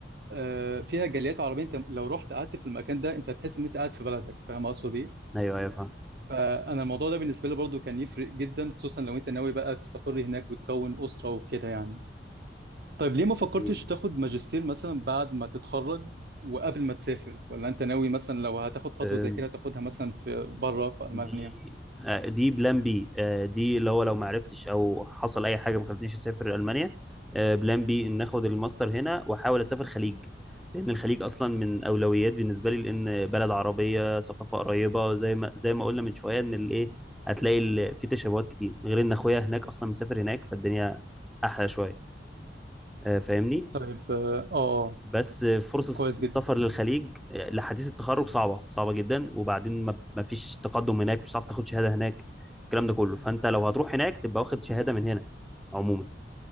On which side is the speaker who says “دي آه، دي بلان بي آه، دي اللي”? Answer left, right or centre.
Centre